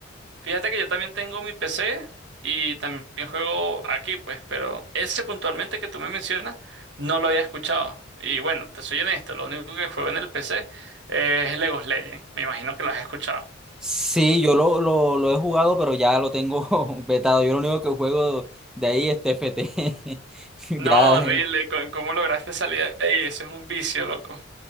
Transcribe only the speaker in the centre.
Sí, yo lo, lo, lo he jugado, pero ya lo tengo <laughs> vetado. Yo lo único que juego de ahí es TFT. <laughs> Ya,